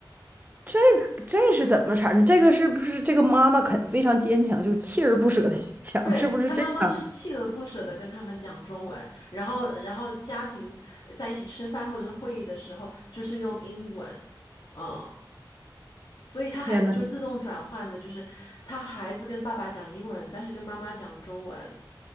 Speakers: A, on the right (about 20°); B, on the left (about 55°).
A: 这个这是怎么产生？这个是不是这个妈妈肯非常坚强，就是锲而不舍的去讲，
B: 对，
A: 是不是这样？
B: 她妈妈就是锲而不舍的跟他们讲中文，然后然后家庭在一起吃饭或者是会议的时候，就是用英文。嗯，所以他孩子就自动转换的，
A: <laughs> 天呐，
B: 就是他孩子跟爸爸讲英文，但是跟妈妈讲中文。